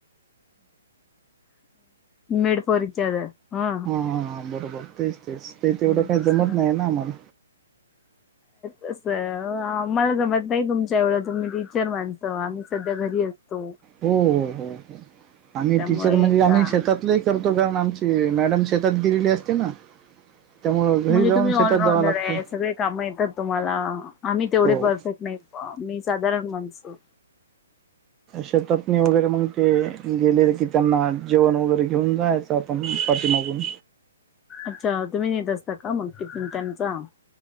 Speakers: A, on the left (about 20°); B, on the right (about 20°).
A: मेड फॉर ईच अदर हा
B: हा बरोबर तेच तेच ते तेवढं
A: अच्छा
B: काही जमत नाही ना आम्हाला
A: तसं आम्हाला जमत नाही तुमच्या एवढं तुम्ही टीचर माणसं आम्ही सध्या घरी अस तो
B: हो हो हो हो आम्ही
A: त्यामुळे
B: टीचर म्हणजे आम्ही
A: का
B: शेतात नाही करतो काम आमची मॅडम शेतात गेलेली असते ना. त्यामुळं घरी
A: म्हणजे
B: जाऊन
A: तुम्ही ऑलराऊंडर
B: शेतात जावं लागते
A: आहे सगळे कामं येतात तुम्हाला आम्ही तेवढे
B: हो.
A: परफेक्ट नाही. मी साधारण माणसं
B: शेतातनी वगैरे मग ते गेलेले किती त्यांना जेवण वगैरे घेऊन जायचं आपण पाठीमागून
A: अच्छा तुम्ही नेत असता का मग टिफिन त्यांचा